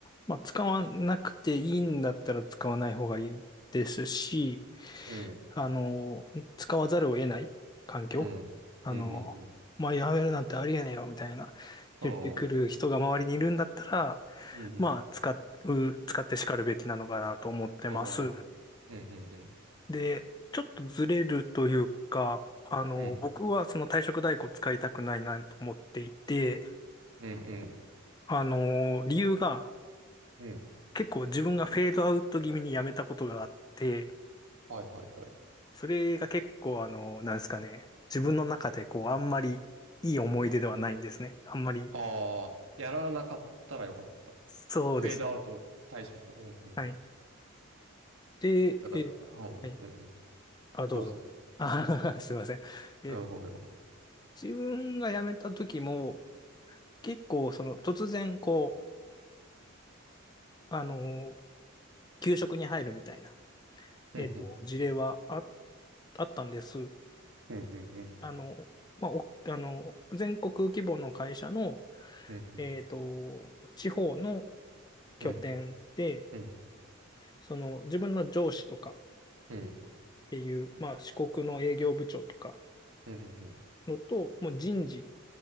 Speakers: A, on the left; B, on the right.
A: まあ、使わなくていいんだったら使わない方がいいですし、
B: うん。
A: あの、使わざるを得ない環境、
B: うん。
A: あの、
B: うん。うん。うん。
A: まあ、やめるなんてありえねえよみたいな言ってくる人が周りにいるんだったら、
B: うん。うん。うん。
A: まあ、使う、使って叱るべきなのかなと思ってます。
B: うん。うん。
A: で、ちょっとずれるというか、あの、
B: うん。
A: 僕はその退職代行使いたくないなと思っていて、
B: うん。
A: あの、理由が、
B: うん。
A: 結構自分がフェードアウト気味にやめたことがあって、
B: はいはいはい。
A: それが結構あの、なんですかね、自分の中でこう、あんまりいい思い出ではないんですね。あんまり、
B: ああ、やらなかったらよかった。
A: そうですね。
B: フェードアウト退職を。うん。うん。
A: はい。で、
B: だから、
A: えーはい。
B: うん。うん。うん。
A: あ、どうぞ。
B: どうぞ。
A: あー <laughs> すいません。えー
B: うん、ごめんごめん。
A: 自分が辞めた時も、結構その、突然こう、あのー、給食に入るみたいな、
B: うん、
A: えっと、
B: うん、
A: 事例はあ、あったんです。
B: うん、うん、
A: あの、まあ、お、あの、全国規模の会社の、
B: うん、うん、
A: えっと、地方の拠点で、
B: うん、うん、
A: その自分の上司とかっ
B: うん、
A: ていう、まあ、四国の営業部長とか
B: うん、
A: のと、もう人事、